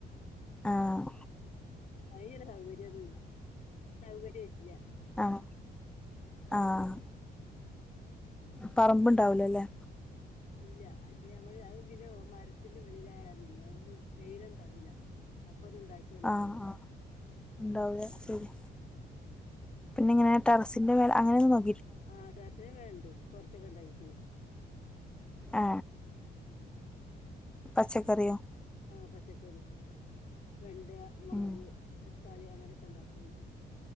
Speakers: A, in the centre; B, on the left (about 45°).
A: ആഹ
B: അയ്യൊരു സൗകര്യന്നും സൗക വര്ല്ല്യ
A: ആഹ് ആഹ് പറമ്പ് ഇണ്ടാവ്ലല്ലേ
B: ഇല്ല അത് നമ്മള് അ പിന്നെ മരത്തിന്റെ ഉള്ളിലായകാര്ണെ വേറൊന്നും വെയ്ലൊന്നും തടവിലാ അപ് പ്പൊന്നും ഉണ്ടാക്കിയ ഉണ്ടാവൂല
A: ആ ആ ഉണ്ടാവൂല ശരിയ പിനിങ്ങനെ ട്ടറസിന്റെ മേലെ അങ്ങനൊന്നും കൊഴ
B: ആ ട്ടറസിന്റെ മേല്ണ്ട് കൊർച്ചൊക്കെ ഇണ്ടാകീക്ക്‌ണ്
A: ആ പച്ചക്കറിയോ
B: ആഹ് പച്ചക്കറി വെണ്ടയാ മൊളക്
A: ഉം
B: തക് ക്കാളി അങ്ങനെക്കെ ഇണ്ടാക്ണ്ട്